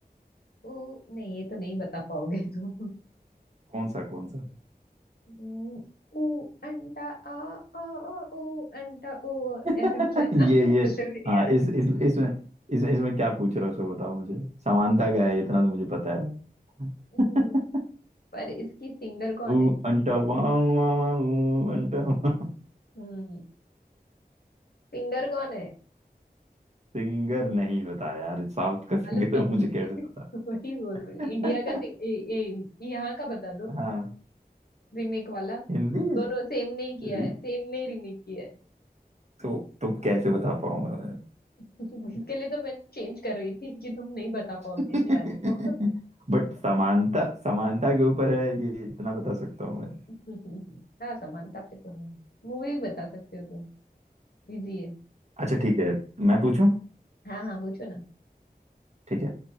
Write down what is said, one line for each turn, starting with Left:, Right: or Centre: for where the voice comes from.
Left: ऊ नहीं ये तो नहीं बता पाओगे <laughs> तुम
Right: कौन सा कौन सा
Left: हम्म, ऊ अंटा आ आ आ ऊ अंटा ओ
Right: <laughs>
Left: ऐसे कुछ है
Right: ये
Left: ना <laughs>
Right: ये
Left: कुछ भी नहीं
Right: हाँ
Left: आ
Right: इस
Left: रहा
Right: इस इसमें इस, इसमें क्या पूछ रहे हो उसको बताओ मुझे समानता क्या है इतना तो मुझे पता है
Left: है। हम्म,
Right: <laughs>
Left: पर इसकी सिंगर कौन
Right: ऊ
Left: है
Right: अंटा वाम वाम वाम, ऊ अंटा वाम।
Left: हम्म सिंगर कौन है
Right: सिंगर नहीं पता यार साउथ का सिंगर
Left: मालूम था
Right: है
Left: मुझे
Right: मुझे कैसे
Left: <laughs>
Right: पता
Left: वही बोल रही हूँ
Right: <laughs>
Left: इंडिया का सिंग- ए, ए, यहाँ का बता दो
Right: हाँ
Left: रीमेक वाला
Right: हिंदी में
Left: दोनों सेम नहीं किया
Right: अरे,
Left: है सेम नहीं रीमेक किया है
Right: तो तुम कैसे बता पाऊंगा
Left: <laughs> इसके लिए तो मैं चेंज कर रही थी कि तुम नहीं बता पाओगे
Right: मैं?
Left: इस गाने को
Right: बट समानता समानता के ऊपर है ये इतना बता सकता हूँ मैं
Left: <laughs> हाँ समानता पे तो है मूवी बता सकते हो तुम इजी है
Right: अच्छा ठीक है मैं पूछूं
Left: हाँ हाँ पूछो ना
Right: ठीक है